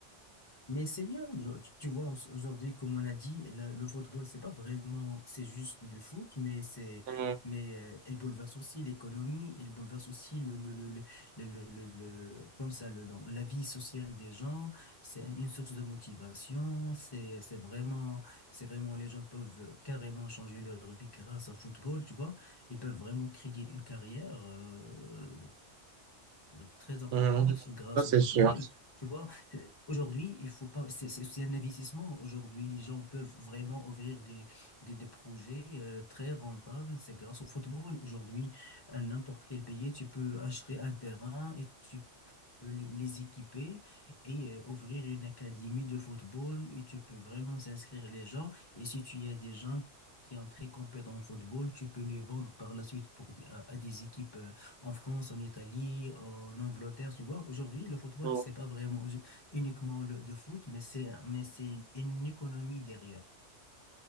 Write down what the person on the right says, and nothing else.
hum,
hum,
ça c'est
sûr.
Hum.